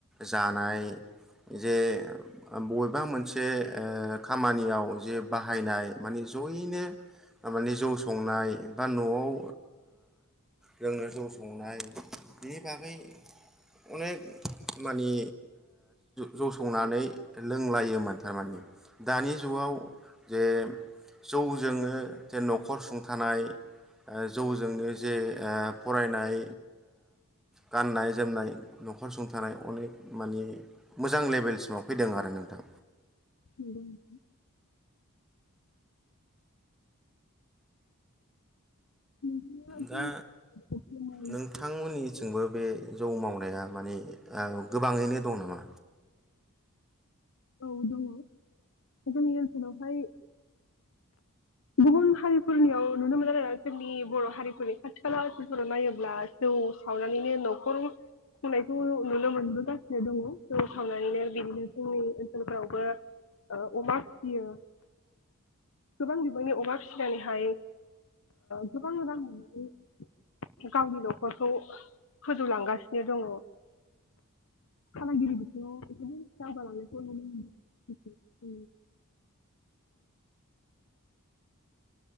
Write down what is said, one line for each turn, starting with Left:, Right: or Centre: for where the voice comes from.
Centre: जानाय जे बबेबा मोनसे खामानियाव जे बाहायनाय माने जयैनो मानानि जौ संनाय बा न'आव लोंनो जौ संनाय बेनि बागै अनेक मानि जौसंनानै लोंलायोमोन थारमाने दानि जौआव जे जौ जोंनो जे न'खर सुंथानाय जौजोंनो जे फरायनाय गाननाय जोमनाय न'खर सुंथानाय अनेक मानि मोजां लेभेलसिमाव फैदों आरो नोंथां
Left: <inaudible> नोंथाङा
Centre: दा
Left: जौखौहाय
Centre: नोंथांमोननिथिंबो बे जौ मावनाया माने गोबाङैनो दं नामा
Left: औ दङ जोंनि ओनसोलावहाय गुबुन हारिफोरनियाव नुनो मोनो आरो जोंनि बर' हारिफोरनि खाथि खाला ओनोलफोराव नायोब्ला जौ सावनानैनो न'खर खुंनायखौ नुनो मोनबोगासिनो दङ जौ सावनानैनो बिदिनो जोंनि फोरावबो अमा फिसियो गोबां बिबांनि अमा फिसिनानैहाय गोबां मोजां मोननानै गावनि न'खरखौ फोजौलांगासिनो दङ फालांगिरि बिथिङाव दावगालाङो <inaudible> नोंथाङा